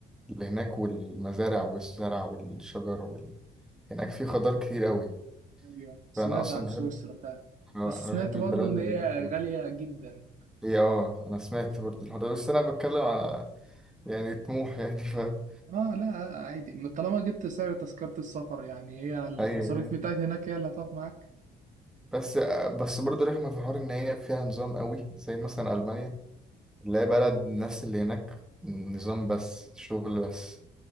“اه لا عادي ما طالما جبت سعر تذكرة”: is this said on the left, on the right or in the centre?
Right